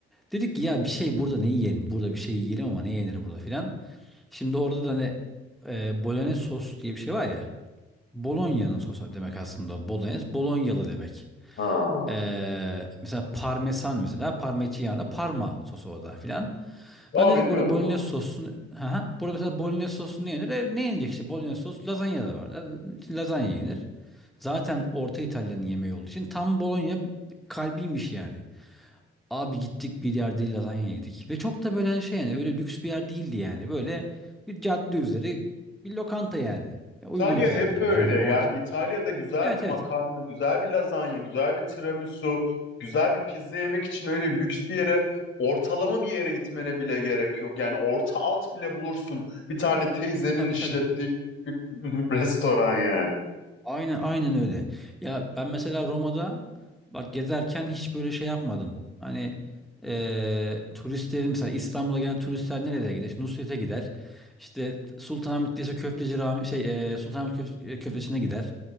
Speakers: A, in the centre; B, on the left (about 40°).
A: Dedik ki ya bir şey burada ne yiyelim? Burada bir şey yiyelim ama ne yenir burada filan. Şimdi orada da hani e, bolognese sos diye bir şey var ya. Bolonya'nın sosu demek aslında. Bolognese, Bolonyalı demek.
B: Ha.
A: Ee, mesela parmesan mesela parmigiana parma sosu o da filan.
B: Aa
A: Lan dedik
B: bilmiyordum
A: burada bolognese
B: bunu.
A: sosu ha burada mesela bolognese sosu ne yenir? E, ne yenecek işte bolognese sosu lazanya da var. La- Lazanya yenir. Zaten Orta İtalya'nın yemeği olduğu için tam Bologna kalbiymiş yani. Abi gittik bir yerde lazanya yedik ve çok da böyle şey yani öyle lüks bir yer değildi yani. Böyle bir cadde üzeri bir lokanta yani. Ya, Uygun
B: İtalya
A: fiyatlı
B: hep öyle.
A: bir yer. Yani
B: Yani
A: orta.
B: İtalya'da güzel
A: Evet
B: bir makarna,
A: evet.
B: güzel bir lazanya, güzel bir tiramisu, güzel bir pizza yemek için öyle lüks bir yere, ortalama bir yere gitmene bile gerek yok. Yani orta alt bile bulursun. Bir tane teyzenin
A: Tabii
B: işlettiği
A: tabii.
B: bir <laughs> restoran yani.
A: Aynen aynen öyle. Ya ben mesela Roma'da bak gezerken hiç böyle şey yapmadım. Hani eee, turistlerin mesela İstanbul'a gelen turistler nerelere gider? İşte Nusret'e gider. İşte Sultanahmet'teyse Köfteci Rami şey eee Sultanahmet Köf- Köfteci'ne gider.